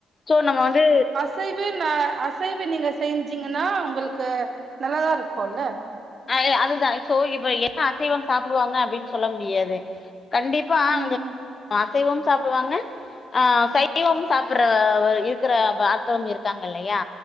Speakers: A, on the left; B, on the right.
A: சோ நம்ம வந்து
B: அசைவு தா அசைவு நீங்க செஞ்சீங்கன்னா உங்களுக்கு நல்லாதா இருக்கும்ல்ல
A: அ அதுதான் இப்போ அசைவம் சாப்பிடுவாங்க அப்டின் சொல்ல முடியாது கண்டிப்பா அந்த
B: ம் ம்
A: அசைவம் சாப்பிடுவாங்க ஆ சைவும் சாப்பற இருக்கிற பாத்தும் இருக்காங்க இல்லையா